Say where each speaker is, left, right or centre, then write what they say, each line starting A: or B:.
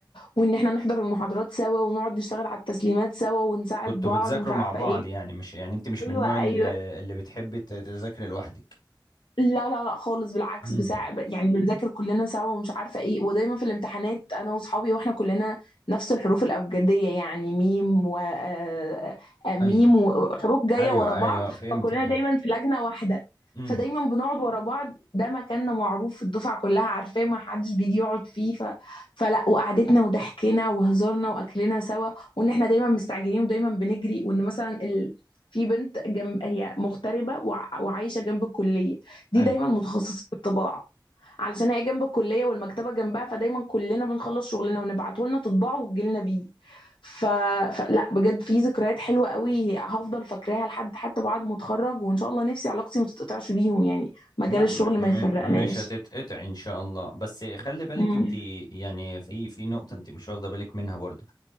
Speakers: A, on the left; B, on the left.
A: وان احنا نحضر المحاضرات سوا ونقعد نشتغل على التسليمات سوا ونساعد
B: كنتوا
A: بعض
B: بتذاكروا
A: ومش عارفه
B: مع بعض
A: ايه
B: يعني مش يعني انت مش
A: ايوه
B: من النوع
A: ايوه
B: ال- اللي بتحب ت- تذاكري لوحدك
A: لا لا لا خالص بالعكس
B: امم
A: بساع يعني بنذاكر كلنا سوا ومش عارفه ايه ودايما في الامتحانات انا واصحابي واحنا كلنا نفس الحروف الابجديه يعني ميم و آه، آه، ميم
B: ايوه
A: وحروف جايه
B: ايوه
A: ورا بعض
B: ايوه فهمت
A: فكلنا
B: فهمت
A: دايما في لجنه واحده
B: امم
A: فدايما بنقعد ورا بعض ده مكاننا معروف الدفعه كلها عارفاه ما حدش بيجي يقعد فيه ف... فلا وقعدتنا وضحكنا وهزارنا واكلنا سوا وان احنا دايما مستعجلين ودايما بنجري وان مثلا ال... في بنت جنب هي مغتربه وع- وعايشه جنب الكليه دي
B: ايوه
A: دايما متخصصين في الطباعه علشان هي جنب الكليه والمكتبه جنبها فدايما كلنا بنخلص شغلنا ونبعته لنا تطبعه وتجي لنا بيه ف... فلا بجد في ذكريات حلوه قوي هفضل فاكراها لحد حتى بعد ما اتخرج وان شاء الله نفسي علاقتي ما تتقطعش بيهم يعني مجال
B: لا
A: الشغل
B: م م
A: ما يفرقناش
B: مش هتتقطع ان شاء الله بس خلي بالك
A: امم
B: انت يعني في في نقطة انت مش واخدة بالك منها برضو